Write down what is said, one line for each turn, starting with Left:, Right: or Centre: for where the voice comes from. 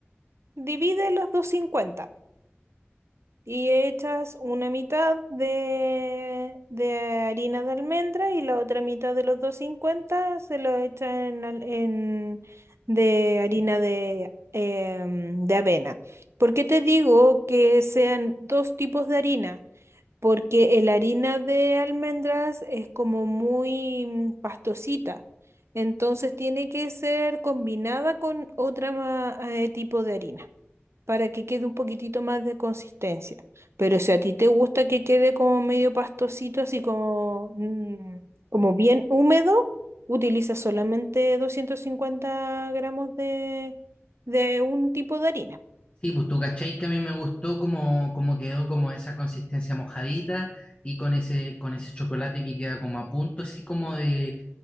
Right: Divide los 250. Y echas una mitad de, de harina de almendra y la otra mitad de los 250 se lo echas en, al- en- de harina de, em, de avena. ¿Por qué te digo que sean dos tipos de harina? Porque la harina de almendras es como muy mm, pastosita. Entonces tiene que ser combinada con otra ma- eh, tipo de harina para que quede un poquitito más de consistencia. Pero si a ti te gusta que quede como medio pastosito, así como, mm, como bien húmedo, utiliza solamente 250 gramos de, de un tipo de harina.
Left: Sí, pues tú cachai que a mí me gustó como, como quedó como esa consistencia mojadita y con ese, con ese chocolate que queda como a punto, así como de,